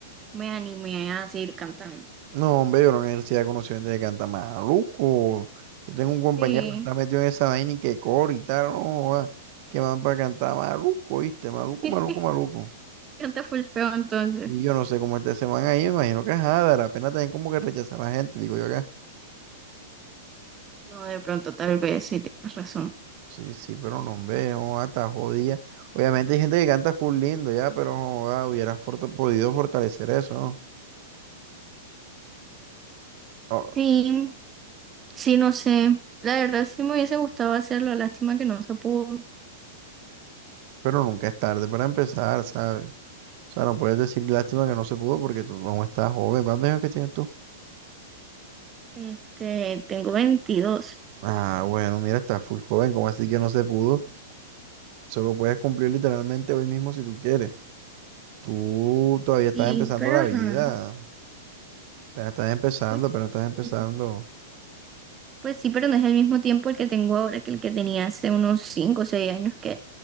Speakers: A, on the right (about 25°); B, on the right (about 50°).
A: me animé a seguir cantando.
B: No, hombre, yo en la universidad conocí gente que canta maluco. Yo tengo un compañero
A: Sí,
B: que está metido en esa vaina y que coro y tal, no, joda, que van para cantar maluco, ¿viste? Maluco,
A: <laughs>
B: maluco, maluco.
A: canta full feo entonces.
B: Y yo no sé cómo esté ese man ahí, me imagino que es la pena también como que rechazar a la gente, digo yo acá.
A: No, de pronto tal vez, sí, tienes razón.
B: Sí, sí, pero no veo, hasta jodida. Obviamente hay gente que canta full lindo ya, pero joda, hubieras forta- podido fortalecer eso, ¿no? Ah,
A: Sí, sí, no sé. La verdad sí me hubiese gustado hacerlo, lástima que no se pudo.
B: Pero nunca es tarde para empezar, ¿sabes? O sea, no puedes decir lástima que no se pudo porque tú aún estás joven. ¿Cuántos años que tienes tú?
A: Este, tengo veintidós
B: Ah, bueno, mira, estás full joven, ¿cómo así que no se pudo? Solo puedes cumplir literalmente hoy mismo si tú quieres. Tú todavía
A: Sí,
B: estás empezando
A: pero
B: la
A: ajá,
B: vida, apenas estás empezando,
A: pues,
B: apenas estás empezando.
A: sí, pues sí, pero no es el mismo tiempo el que tengo ahora que el que tenía hace unos 5 o 6 años, que